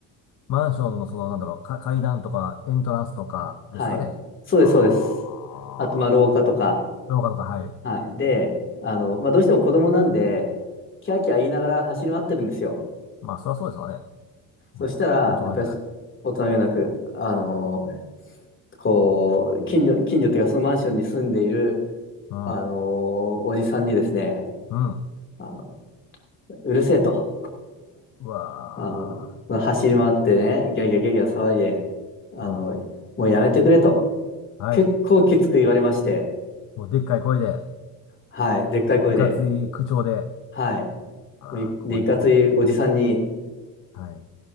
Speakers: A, on the left; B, on the left.
A: マンションのその、なんだろう、か階段とかエントランスとかですかね。
B: あ、はい。そうです、
A: ああ。
B: そうです。あと、まあ、廊下とか。
A: 廊下とか、はい。
B: はい。で、あの、まあ、どうしても子供なんで、キャーキャー言いながら走り回ってるんですよ。
A: まあ、そりゃそうですわね。
B: そしたら、
A: もう、大人げない。
B: やっぱりそ大人げなく、あの、こう、近所、近所というか、そのマンションに住んでいる、
A: うん。
B: あの、おじさんにですね、
A: うん。
B: あの、うるせえと。
A: うわ
B: あの、走り回ってね、ギャーギャーギャーギャー騒いで、あの、
A: ー。うん。
B: もうやめてくれと、
A: はい。
B: 結構きつく言われまして、
A: もう、でっかい声で、
B: はい、でっかい声で、
A: いかつい口調で。
B: はい、
A: あら、
B: もういで、
A: 怖いですね。
B: いかついおじさんに、
A: はい。